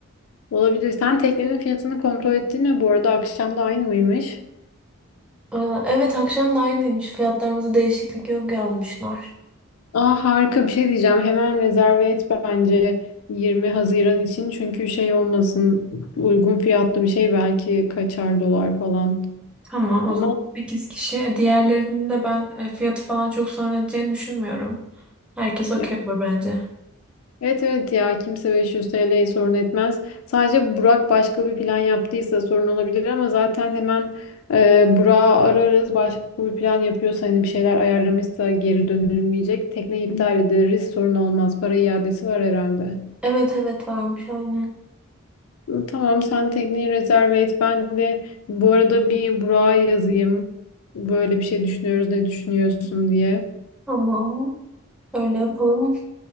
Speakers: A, on the left (about 80°); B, in the centre.
A: Olabilir. Sen teknenin fiyatını kontrol ettin mi? Bu arada akşam da aynı mıymış?
B: Aa, Evet akşam da aynıymış. Fiyatlarımızda değişiklik yok yazmışlar.
A: Aa, harika bir şey diyeceğim. Hemen rezerve et bence 20 Haziran için. Çünkü şey olmasın uygun fiyatlı bir şey belki kaçar dolar falan.
B: Tamam o
A: Ama
B: zaman 8 kişi. E, Diğerlerinin de ben e, fiyatı falan çok sorun edeceğini düşünmüyorum. Herkes okey
A: ya,
B: olur bence.
A: evet evet ya kimse 500 TL'yi sorun etmez. Sadece Burak başka bir plan yaptıysa sorun olabilir ama zaten hemen e, Burak'ı ararız. Başka bir plan yapıyorsa hani bir şeyler ayarlamışsa geri dönülmeyecek. Tekneyi iptal ederiz sorun olmaz. Para iadesi var herhalde.
B: Evet evet varmış aynen.
A: Tamam sen tekneyi rezerve et. Ben de bu arada bir Burak'a yazayım. Böyle bir şey düşünüyoruz ne düşünüyorsun diye.
B: Tamam öyle yapalım.